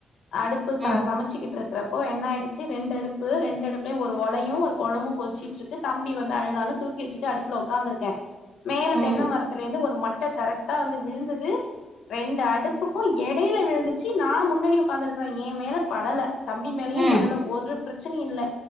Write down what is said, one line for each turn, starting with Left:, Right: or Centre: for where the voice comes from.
Left: அடுப்பு ச
Right: ம்
Left: சமைச்சிக்கிட்டு இருக்குறப் இப்ப என்ன ஆச்சு ரெண்டுஅடுப்பு ரெண்டு அடுப்புலையும் ஒரு ஒலையும் ஒரு கொழம்பும் கொதிச்சிட்டு இருக்கு தம்பி வந்து அழுதானு தூக்கி வச்சுட்டு அடுப்புல உக்காந்துருக்கேன் மேல
Right: ம்
Left: தென்ன மரத்துல இருந்து ஒரு மட்டை கரெக்டா வந்து விழுந்தது ரெண்டு அடுப்புக்கும் எடையில விழுந்துச்சு நா முன்னாடி ஒக்காந்துருக்றே எ மேல படல தம்பி மேலயும்
Right: ம்
Left: படல ஒரு பிரச்சனையும் இல்ல